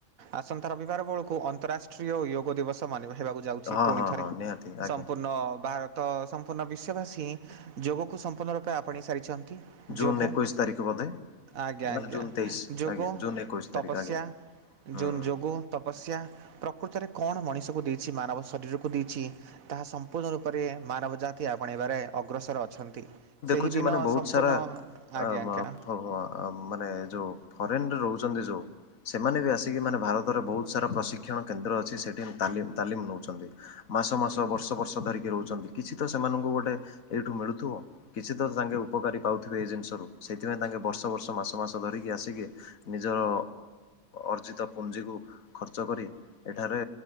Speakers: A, on the right; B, on the left.
A: ଆସନ୍ତା ରବିବାର ବଳକୁ ଅନ୍ତରାଷ୍ଟ୍ରୀୟ ଯୋଗ ଦିବସ ମାନିବା ହେବାକୁ ଯାଉଛି
B: ହଁ
A: ପୁଣି
B: ହଁ
A: ଥରେ
B: ହଁ ନିହାତି ଆଜ୍ଞା
A: ସମ୍ପୂର୍ଣ୍ଣ ଭା ତ ସମ୍ପୂର୍ଣ୍ଣ ବିଶ୍ୱବାସୀ ଯୋଗକୁ ସମ୍ପୂର୍ଣ୍ଣ ରୂପେ ଆପଣେଇ ସାରିଛନ୍ତି।
B: ଜୁନ୍
A: ଯୋଗ
B: ଏକୋଇଶ ତାରିଖ ବୋଧେ
A: ଆଜ୍ଞା
B: ନା
A: ଆଜ୍ଞା
B: ଜୁନ୍ ତେଇଶ
A: ଯୋଗ
B: ଆଜ୍ଞା ଜୁନ୍ ଏକୋଇଶ ତାରିଖ
A: ତପସ୍ୟା
B: ଆଜ୍ଞା ହୁଁ।
A: ଜୋନ ଯୋଗ ତପସ୍ୟା ପ୍ରକୃତରେ କଣ ମଣିଷକୁ ଦେଇଛି ମାନବ ଶରୀରକୁ ଦେଇଚି। ତାହା ସମ୍ପୂର୍ଣ୍ଣ ରୂପରେ ମାନବ ଜାତି ଆପଣେଇବାରେ ଅଗ୍ରସର ଅଛନ୍ତି। ସେହି
B: ଖୁଛି
A: ଦିନ
B: ମାନେ ବହୁତ
A: ସମ୍ପୂର୍ଣ୍ଣ
B: ସାରା
A: ଆଜ୍ଞା
B: ଆଁ-ବ୍
A: ଆଜ୍ଞା।
B: ଓହୋ ଅଁ ମାନେ ଯେଉଁ ଫରେନ୍ରେ ରହୁଛନ୍ତି ଯୋଉଁ ସେମାନେ ବି ଆସିକି ମାନେ ଭାରତରେ ବହୁତ ସାରା ପ୍ରଶିକ୍ଷଣ କେନ୍ଦ୍ର ଅଛି ସେଠି ତାଲିମ୍ ତାଲିମ୍ ନଉଚନ୍ତି। ମାସ ମାସ ବର୍ଷ ବର୍ଷ ଧରିକି ରହୁଛନ୍ତି କିଛି ତ ସେମାନଙ୍କୁ ଗୋଟେ ଏଇଠୁ ମିଳୁଥିବ। କିଛି ତ ତାଙ୍କେ ଉପକାରୀ ପାଉଥିବେ ଏଇ ଜିନିଷରୁ ସେଥିପାଇଁ ତାଙ୍କେ ବର୍ଷ ବର୍ଷ ମାସ ମାସ ଧରିକି ଆସିକି ନିଜର ଅର୍ଜିତ ପୁଞ୍ଜିକୁ ଖର୍ଚ୍ଚ କରି। ଏଠାରେ